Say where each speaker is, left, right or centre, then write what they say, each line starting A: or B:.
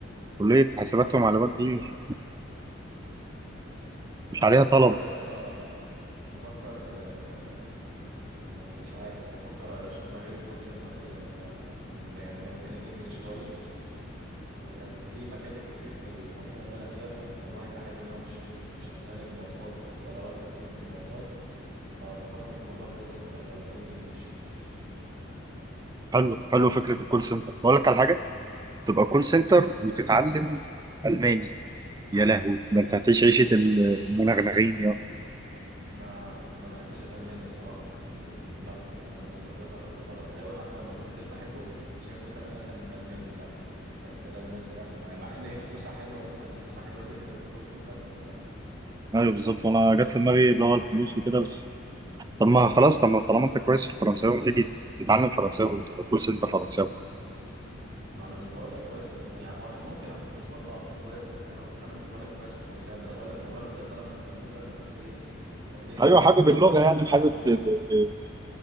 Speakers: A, on the right; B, on the right.
A: كليه حاسبات ومعلومات دي مش
B: انا
A: مش عليها
B: بفكر
A: طلب
B: يا اسطى بفكر آه، بس يعني مش عارف بفكر اشوف مجال الكول سنتر كده انت أنا- يعني انا بتكلم انجليش كويس وكان في مكاتب كتير في المنطقه اللي انا فيها فالموضوع هيبقى حلو ان هو مش ايه مش هستهلك مواصلات ولا وقت كتير في المواصلات فبفكر في موضوع الكول سنتر ده ويكون انجليش
A: حلو حلو فكره الكول سنتر بقول لك على حاجه تبقى كول سنتر وتتعلم الماني يا لهوي ده انت هتعيش عيشه المنغنغين يا
B: ما ما بحبش الالماني بصراحه يعني لا يعني انا في المدرسه خدت فرنساوي حتى وما كنتش بحبه بس كنت شايفه كمان اسهل من الالماني لا حته الالمان دي قافله معايا مع ان هي فلوسها حلوه بسمع ان فلوسها حلوه جدا في الكول سنتر بس لا
A: ايوه بالظبط وانا جت في دماغي اللي هو الفلوس وكده بس طب ما خلاص طب ما طالما انت كويس في الفرنساوي تيجي تتعلم فرنساوي وتبقى كول سنتر فرنساوي
B: ما انا مش بقول لك كويس في ال- يعني هو ممكن اخد كورسات بقى تقويه فرنساوي بس انا مش بقول لك كويس في الفرنساوي ده انا بقول لك مجرد ان انا اخدته في المدرسه بس ايه تقضيه
A: ايوه
B: واجب
A: حابب
B: كده
A: اللغه
B: بس انا
A: يعني
B: مش كويس
A: حابب
B: فيه
A: ت- ت- ت-